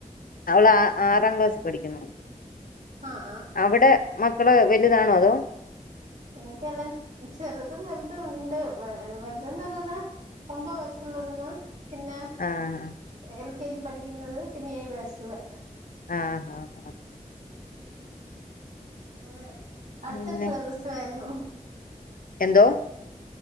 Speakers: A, on the left (about 85°); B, on the right (about 60°).
A: അവള് ആ ആറാം ക്ലാസ്സിൽ പഠിക്കുന്നു.
B: ആഹ് ആഹ്.
A: അവിടെ മക്കള് വലുതാണോ അതോ?
B: എനിക്കെല്ലാം ചെറുതും വലുതും ഉണ്ട് വ വലുതന്ന് പറയുന്നേ ഒമ്പത് വയസ്സുള്ളതൊന്ന് പിന്നെ
A: ആഹ്
B: എൽ കെ ജി പഠിക്കുന്നത് പിന്നെ ഏഴു വയസ്സുള്ളെ
A: ആഹ് ആഹ് ആ
B: ഏഹ് അടുത്തടുത്തുള്ള
A: പിന്നെ
B: പ്രസവായിരുന്നു
A: എന്തോ